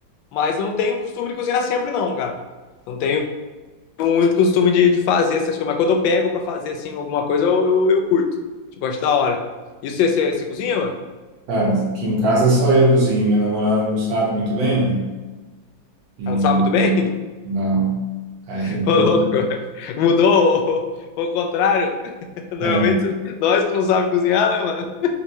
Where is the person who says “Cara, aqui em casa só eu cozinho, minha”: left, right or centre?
Right